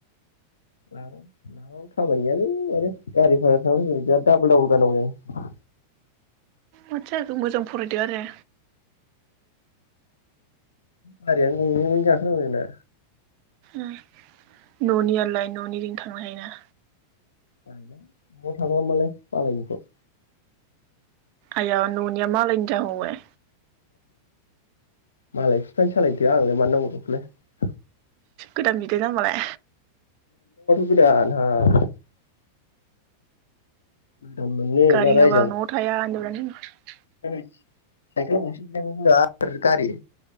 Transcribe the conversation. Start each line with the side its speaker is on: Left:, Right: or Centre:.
Left: खामानि गैयानो माने गारि भारा थांलाय फैलाय बेयाव डाबल डाबल गारनांगौ जायो।
Right: माथो जाखो मोजां फरायदो आरो।
Left: गारियानो गंनै गंनै गाखो नांगौ जोंना।
Right: ओम। ननियालाय ननिजों थांनो हायोना।
Left: नवाव थाबामालाय मालायनिखौ।
Right: आया ननिया मालनायनि जाबावबाय।
Left: मालाय बिफानि सालायथों आंलाय मानो नांगौ बेखौलाय।
Right: गोदान बिदो जामबालाय।
Left: <unintelligible> गोदान मोननो
Right: गारि
Left: ना
Right: होआबा
Left: रायजानो।
Right: न'आव <unintelligible>
Left: <unintelligible> चाइकेल गंसेखौनो होआ आरो गारि।